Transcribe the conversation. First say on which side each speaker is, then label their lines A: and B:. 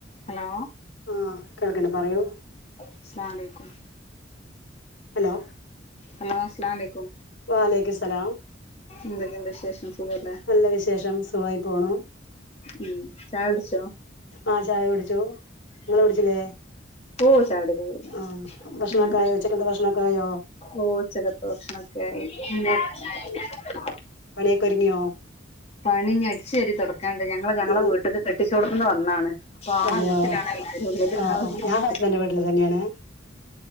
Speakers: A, on the left (about 35°); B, on the left (about 75°).
A: ഹലോ
B: ആഹ് കേൾക്ക്ണ്ട് പറയൂ.
A: അസ്സലാമു അലൈക്കും
B: ഹലോ,
A: ഹലോ അസ്സലാമുഅലൈക്കും
B: വാലൈക്കും സലാം
A: എന്തൊക്കെണ്ട് വിശേഷം സുഖല്ലേ
B: നല്ല വിശേഷം സുഖായി പോണു
A: ഉം ചായ കുടിച്ചോ?
B: ആഹ് ചായ കുടിച്ചു ഇങ്ങള് കുടിച്ചില്ലേ?
A: ഓഹ് ചായ കുടി ഒക്കെ കഴിഞ്ഞു
B: ആഹ് ഭക്ഷണൊക്കെ
A: ഉം
B: ആയോ ഉച്ചക്കത്തെ ഭക്ഷണൊക്കെ ആയോ
A: ഓഹ് ഉച്ചക്കത്തെ ഭക്ഷണൊക്കെ ആയി <unintelligible>
B: പണിയൊക്കൊരിങ്ങ്യോ
A: പണി ഇനി അടിച്ചുവാരി തൊടക്കാണ്ട് ഞങ്ങള് ഞങ്ങളെ
B: ആഹ്
A: വീട്ട്ക്ക് കെട്ടിച്ചോടത്ത്ന്ന് വന്നാണ്. അപ്പൊ ആ
B: അതെയോ
A: എണ്ണത്തിലാണ് എല്ലാവരും ഉള്ളത് <unintelligible>
B: ആഹ് ആഹ് ഞാൻ ഇന്റെ വീട്ടില് തന്നെയാണ്.